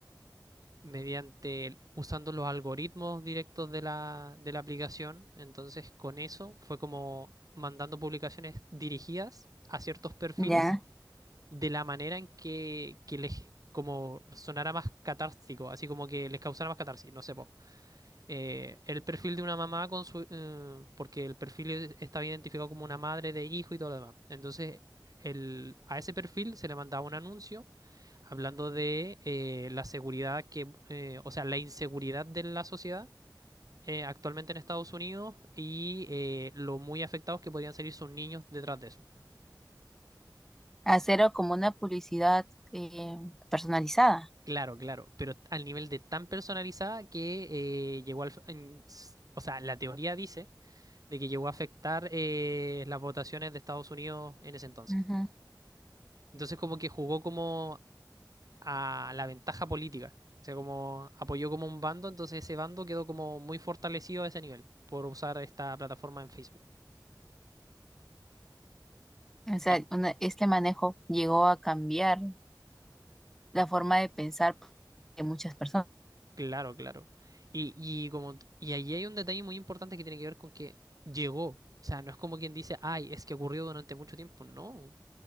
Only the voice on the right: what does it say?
mediante el- usando los algoritmos directos de la, de la aplicación. Entonces, con eso fue como mandando publicaciones dirigidas a ciertos perfiles
de la manera en que, que les como sonara más catártico, así como que les causara más catarsis, no sé, po. Eh, el perfil de una mamá con su eh, porque el perfil es- estaba identificado como una madre de hijo y todo lo demás. Entonces, el, a ese perfil se le mandaba un anuncio hablando de eh, la seguridad que, eh, o sea, la inseguridad de la sociedad eh, actualmente en Estados Unidos y eh, lo muy afectados que podrían salir sus niños detrás de eso.
Claro, claro, pero al nivel de tan personalizada que eh, llegó al... en- s- o sea, la teoría dice de que llegó a afectar eh, las votaciones de Estados Unidos en ese entonces.
Entonces como que jugó como a la ventaja política. O sea, como apoyó como un bando, entonces ese bando quedó como muy fortalecido a ese nivel por usar esta plataforma en Facebook.
Y
claro, claro. Y, y como y ahí hay un detalle muy importante que tiene que ver con que llegó. O sea, no es como quien dice, ay, es que ocurrió durante mucho tiempo. No.